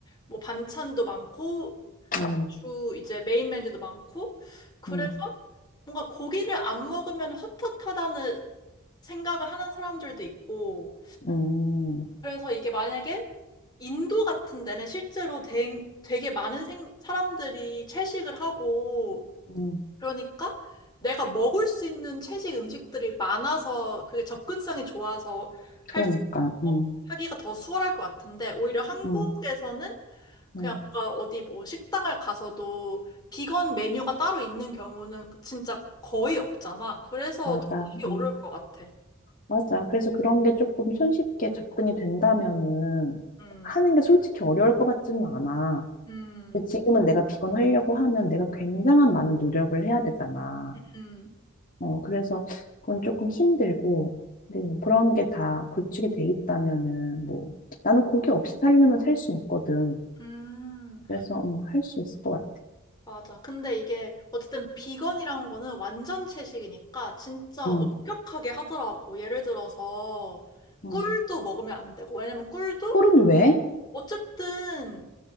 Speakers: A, on the left; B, on the left.
A: 뭐 반찬도 많고
B: 응,
A: 주 이제 메인 메뉴도 많고 그래서
B: 응,
A: 뭔가 고기를 안 먹으면 헛헛하다는 생각을 하는 사람들도 있고
B: 응,
A: 그래서 이게 만약에 인도 같은 데는 실제로 되, 되게 많은 생, 사람들이 채식을 하고
B: 응.
A: 그러니까 내가 먹을 수 있는 채식 음식들이 많아서 그게 접근성이 좋아서 할
B: 그러니까,
A: 수, 어,
B: 응,
A: 하기가 더 수월할 것 같은데 오히려 한국에서는
B: 응,
A: 그냥
B: 응,
A: 뭔가 어디 뭐 식당을 가서도 비건 메뉴가 따로 있는 경우는 진짜 거의 없잖아. 그래서
B: 맞아,
A: 되게 어려울
B: 응,
A: 것 같아.
B: 맞아. 그래서 그런 게 조금 손쉽게 접근이 된다면은
A: 음,
B: 하는 게 솔직히 어려울 것 같지는 않아.
A: 음,
B: 근데 지금은 내가 비건 하려고 하면 내가 굉장한 많은 노력을 해야 되잖아.
A: 음,
B: 어, 그래서 그건 조금 힘들고, 근데 좀 그런 게 다 구축이 돼 있다면은, 뭐, 나는 고기 없이 살려면 살 수 있거든.
A: 음.
B: 그래서, 음, 할 수 있을 것 같아.
A: 맞아. 근데 이게 어쨌든 비건이란 거는 완전 채식이니까 진짜
B: 응,
A: 엄격하게 하더라고. 예를 들어서
B: 응.
A: 꿀도 먹으면 안 되고. 왜냐면 꿀도
B: 꿀은 왜?
A: 어쨌든